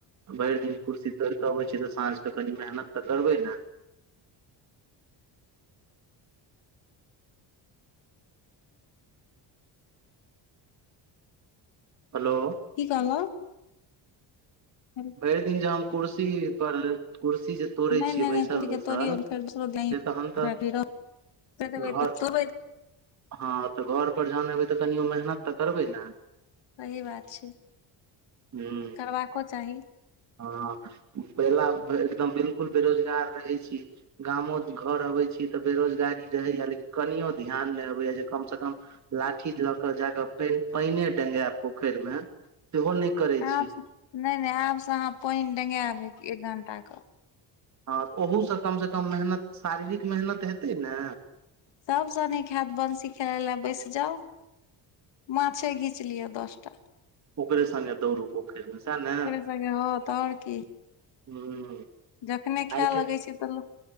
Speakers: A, on the right; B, on the left.
A: भायिर दिन कुर्सी तोड़ कऽ अबै छै तऽ साँझ तऽ कनि मेहनत तऽ करबै ने हेलो
B: की कहल ह
A: बे दिन जाम कुर्सी पर कुर्सी जे तोड़ै
B: नहि
A: छियै
B: नहि
A: बैसल
B: नहि कड़ी
A: बैसल
B: के तोड़ियौ फेर दसरो द
A: से तहन तऽ
B: रह
A: घर हँ तऽ घर परर जहान एबै तऽ कनि मेहनत तऽ करबै ने
B: सही बात छै
A: ह
B: करबाको चाही
A: हँ पहिला एकदम बिलकुल बेरोजगार रहै छी गामो घर अबैत छी तऽ बेरोजगारी रहैए लेकिन कनियो ध्यान नहि अबैए जे कमसँ कम लाठी लऽ के जााके पानने डेंगाय पोखरि मे सेहो नहि करै
B: आब
A: छी
B: नहि नहि आबसँ अहाँ पानि डेंगायब एक घण्टाके
A: हँ ओहूसँ कमसँ कम मेहनत शारीरिक मेहनत हेतै ने
B: सभ सनीक हत बंसी खेलाय लए बैस जाउ माछे घीच लियअ दस टा
A: ओकरे सगे दौड़ू पोखरि बझ ने
B: ह त आओर की
A: ह
B: जखने खाय
A: आइ काल्हि
B: लगै छै तऽ